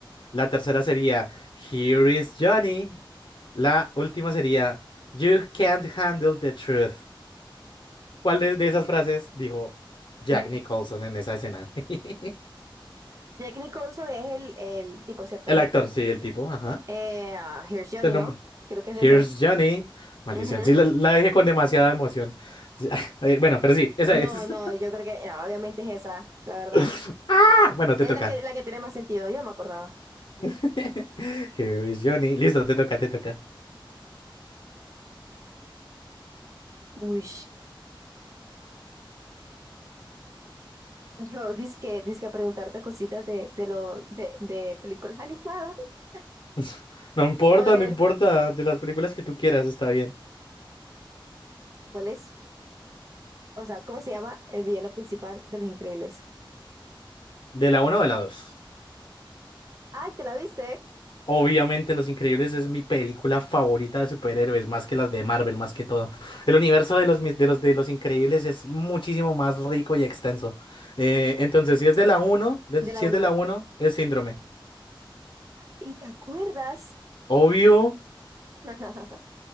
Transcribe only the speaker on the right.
Uy.
Jack Nicholson es el, el tipo, ¿cierto?
Eh, ah, Here's Johnny,
¿no? Creo que es
ese.
Ujú.
No,
no, yo creo que eh, obviamente es esa, la verdad.
Es
la que, la que tiene más sentido, yo no me acordaba.
Uy. Yo dizque, dizque a preguntarte cositas de, de lo de, de películas animadas. <laughs>
A ver,
¿cuál es? O sea, ¿cómo se llama el villano principal de Los Increíbles?
Ay, ¿te la viste?
Sí,
de
la
uno
¿Y te acuerdas?
<laughs>